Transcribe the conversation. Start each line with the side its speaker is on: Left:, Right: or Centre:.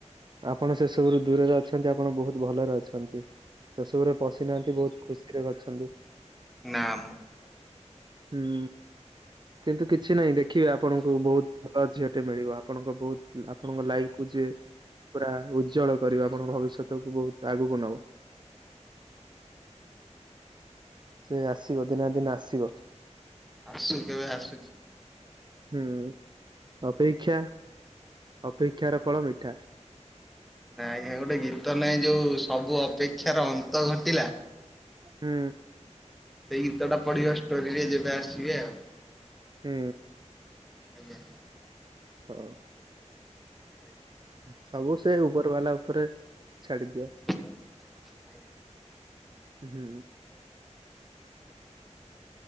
Right: ଆପଣ ସେ ସବୁରୁ ଦୂରରେ ଅଛନ୍ତି। ଆପଣ ବହୁତ ଭଲରେ ଅଛନ୍ତି। ସେସବୁରେ ପଶିନାହାଁନ୍ତି। ବହୁତ ଖୁସିରେ ଗଛନ୍ତି।
Centre: ନାଁ ମୁଁ,
Right: ହୁଁ, କିନ୍ତୁ କିଛି ନାହିଁ। ଦେଖ୍ ଦେଖିବେ, ଆପଣଙ୍କୁ ବହୁତ ଭଲ ଝିଅଟେ ମିଳିବ। ଆପଣଙ୍କ ବହୁତ ଆପଣଙ୍କ ଲାଇଫ କୁ ଯିଏ ପୁରା ଉଜ୍ଜଳ କରିବ, ଆପଣଙ୍କ ଭବିଷ୍ୟତକୁ ବହୁତ ଆଗକୁ ନବ।
Centre: ଆଚ୍ଛା।
Right: ସେ ଆସିବ ଦିନେନା ଦିନ ଆସିବ।
Centre: ଆସୁ କେବେ ଆସୁଛି?
Right: ହୁଁ ଅପେକ୍ଷା! ଅପେକ୍ଷାର ଫଳ ମିଠା।
Centre: ନାଁ ଆଜ୍ଞା, ଗୋଟେ ଗୀତ ନାଇଁ ଯୋଉ ସବୁ ଅପେକ୍ଷାର ଅନ୍ତ ଘଟିଲା।
Right: ହୁଁ।
Centre: ସେଇ ଗୀତଟା ପଢିବ। ଷ୍ଟୋରିରେ ଯେବେ ଆସିବେ ଆଉ।
Right: ହୁଁ।
Centre: ଆଜ୍ଞା।
Right: ହଁ।
Centre: ଆଜ୍ଞା
Right: ସବୁ ସେ ଉପର ବାଲା ଉପରେ ଛାଡି ଦିଅ।
Centre: ଆଜ୍ଞା।
Right: ହୁଁ,